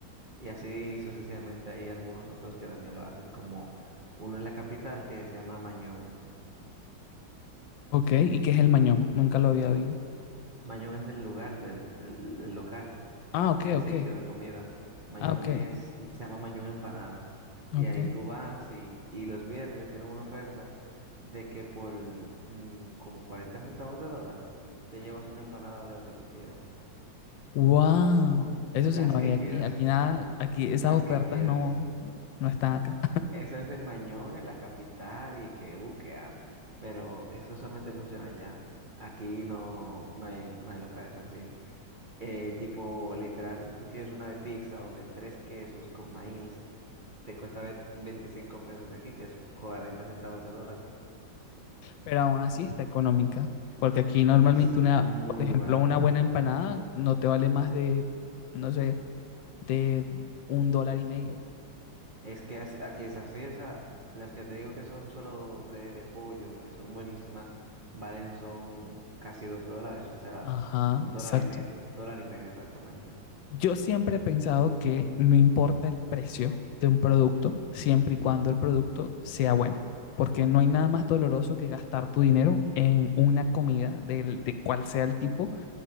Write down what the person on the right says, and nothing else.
Y así sucesivamente hay algunos otros que también lo hacen, como uno en la capital que se llama Mañón.
Mañón es el lugar del el, el local,
el
sitio de comida. Mañón
es, se llama Mañón Empanadas. Y
ahí tú vas y, y los viernes tienen una oferta de que por mm, como 40 centavos de dólar te llevas una empanada de lo que tú quieras.
Las
que
quieras,
las
que quieras.
Eso es en Mañón, en la capital, y que uh, que, ah, Pero eso solamente funciona allá. Aquí no, no hay, no hay locales así. Eh, tipo, literal, si tú quieres una de pizza o de tres quesos con maíz, te cuesta ve- 25 pesos de aquí, que es 40 centavos de dólar.
Es
muy,
muy
barata.
Es que hace- a que es así, o sea, las que te digo que son solo de, de pollo, que son buenísimas, valen son casi dos dólares, o sea,
dólar
y medio, dólar y medio exactamente.